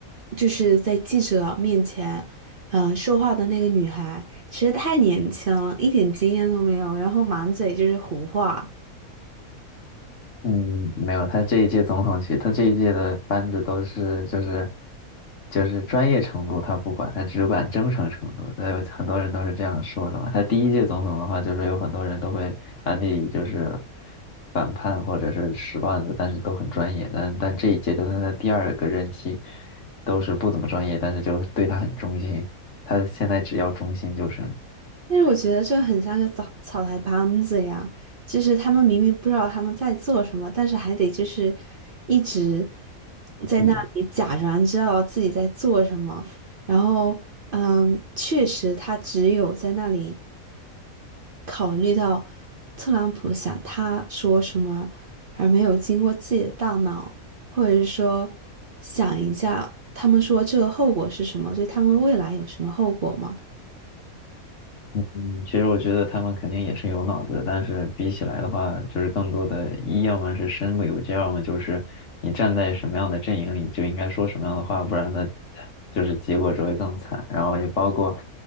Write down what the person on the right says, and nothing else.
就是在记者面前，嗯、说话的那个女孩，其实太年轻了，一点经验都没有，然后满嘴就是胡话，
但是我觉得这很像个草草台班子呀，就是他们明明不知道他们在做什么，但是还得就是一直在那里假装知道自己在做什么，
然后嗯，确实他只有在那里考虑到特朗普想他说什么，而没有经过自己的大脑，或者是说想一下他们说这个后果是什么，对他们未来有什么后果吗？